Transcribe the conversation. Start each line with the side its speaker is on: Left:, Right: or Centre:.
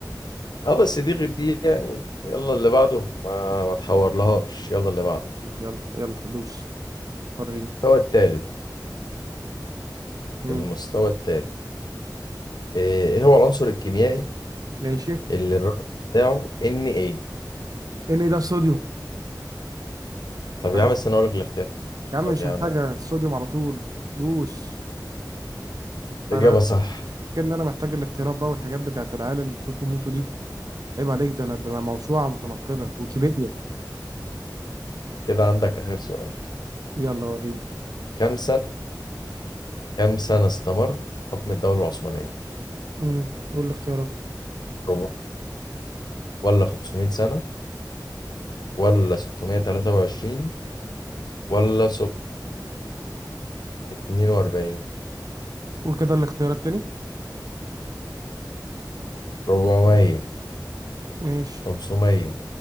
Left: اه بس دي غير دي يعني يلا اللي بعده ما ما تحور لهاش يلا اللي بعده
Right: يلا يلا دوس وريني
Left: المستوى الثالث
Right: امم
Left: المستوى الثالث إيه إيه هو العنصر الكيميائي
Right: ماشي
Left: اللي الرقم بتاعه ان ايه
Right: ان ايه ده الصوديوم
Left: طب
Right: عد-
Left: يا عم استنى اقول لك الاختيار
Right: يا عم مش
Left: يا
Right: محتاجه
Left: عم
Right: الصوديوم على طول دوس انا
Left: إجابة صح
Right: فاكر ان انا محتاج الاختيارات بقى والحاجات بتاعت العيال التوتو موتو دي عيب عليك ده انا ده انا موسوعه متنقله ويكيبيديا
Left: كده عندك آخر سؤال
Right: يلا وريني
Left: كم سنة كم سنة استمر حكم الدولة العثمانية
Right: امم قول الاختيارات
Left: ربع ولا 500 سنة ولا 623 ولا 742
Right: قول كده الاختيارات تاني
Left: 400
Right: ماشي
Left: 500